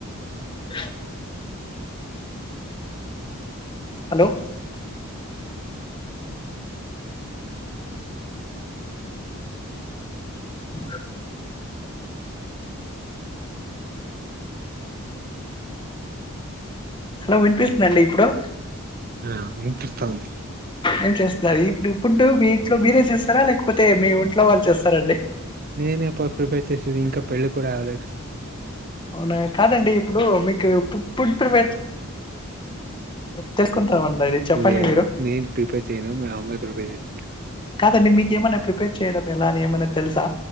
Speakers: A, on the left; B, on the right.
A: అ హలో సర్ హలో వినిపిస్తుంద అండి ఇప్పుడు
B: ఆ వినిపిస్త ఉంది
A: ఏం చేస్తున్నారు ఇప్పుడు ఇప్పుడు మీ ఇంట్లో మీరే చేస్తారా లేకపోతే మీ ఇంట్లో వాళ్ళు చేస్తార అండి
B: నేనేపో ప్రిపేర్ చేసేది ఇంకా పెళ్ళి కూడా అవలేదు
A: అవునా కాదండి ఇప్పుడు మీకు ఇప్పిప్పుడు ఇపుడు తెలుసుకుంటామండి అది చెప్పండి
B: లేదు
A: మీరు?
B: నేను ప్రిపేర్ చేయను మా మమ్మీ ప్రిపేర్ ప్రిపేర్ చేస్తుంది
A: కాదండి మీక ఏమైనా ప్రిపేర్ చేయడం ఎలా అని ఏమైనా తెలుసా